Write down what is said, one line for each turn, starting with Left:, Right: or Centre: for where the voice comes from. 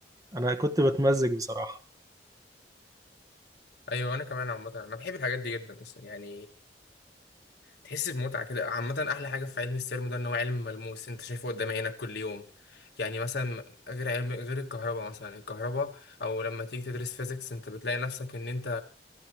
Right: انا كنت بتمزج بصراحة
Left: ايوه انا كمان عامة انا بحب الحاجات دي جدا اصلا يعني تحس بمتعة كده عامة احلى حاجة في علم السيرمو ده ان هو علم ملموس انت شايفه قدام عينك كل يوم يعني مثلا غير علم غير الكهرباء مثلا الكهرباء او لما تيجي تدرس فيزيكس انت بتلاقي نفسك ان انت